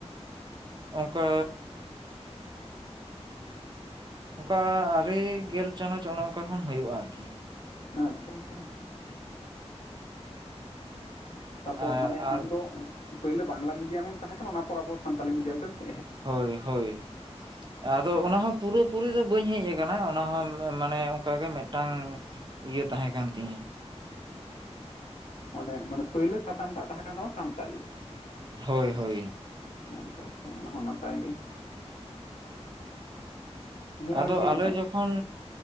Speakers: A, on the right; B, on the left.
A: ᱚᱱᱠᱟ᱾ ᱚᱱᱠᱟ ᱟᱨᱮ ᱜᱮᱞ ᱪᱟᱱᱟᱪ ᱚᱱᱮ ᱚᱱᱠᱟ ᱠᱷᱚᱱ ᱦᱩᱭᱩᱜᱼᱟ ᱟᱨᱠᱤ᱾
B: ᱟᱪᱪᱷᱟ ᱟᱪᱪᱷᱟ ᱟᱪᱪᱷᱟ᱾ ᱛᱟᱯᱚᱨ
A: ᱟᱨ
B: ᱢᱟᱱᱮ ᱟᱢ
A: ᱟᱨ
B: ᱫᱚ ᱯᱳᱭᱞᱳ ᱵᱟᱝᱞᱟ ᱢᱤᱰᱤᱭᱟ ᱢᱮᱢ ᱛᱟᱦᱮᱸ ᱠᱟᱱᱟ᱾ ᱚᱱᱟ ᱯᱚᱨ ᱟᱵᱚ ᱥᱟᱱᱛᱟᱞᱤ ᱢᱤᱰᱤᱭᱟᱢ ᱛᱮᱢ ᱾
A: ᱦᱳᱭ ᱦᱳᱭ ᱟᱫᱚ
B: ᱟᱪᱪᱷᱟ
A: ᱚᱱᱟ ᱦᱚᱸ ᱯᱩᱨᱟᱹ᱾ ᱯᱩᱨᱟᱹ ᱫᱚ ᱵᱟᱹᱧ ᱦᱮᱡ ᱟᱠᱟᱱᱟ ᱚᱱᱟ ᱦᱚᱸ ᱢᱟᱱᱮ ᱚᱱᱠᱟ ᱜᱮ ᱢᱤᱫᱴᱟᱝ ᱤᱭᱟᱹ ᱛᱟᱦᱮᱸ ᱠᱟᱱ ᱛᱤᱧᱟᱹ᱾
B: ᱚᱱᱮ ᱢᱟᱱᱮ ᱯᱳᱭᱞᱳ ᱥᱟᱛᱟᱢᱴᱟᱜ ᱛᱟᱦᱮᱸ ᱠᱟᱱ ᱛᱟᱢᱟ ᱥᱟᱱᱛᱟᱞᱤ᱾
A: ᱦᱳᱭ ᱦᱳᱭ᱾
B: ᱟᱪᱷᱟ ᱟᱪᱷᱟ ᱚᱱᱟ ᱦᱚᱸ ᱱᱟᱯᱟᱭ ᱜᱮ᱾ ᱦᱚᱸᱜᱼᱚᱭ
A: ᱟᱫᱚ
B: ᱡᱮ
A: ᱟᱞᱮ ᱡᱚᱠᱷᱚᱱ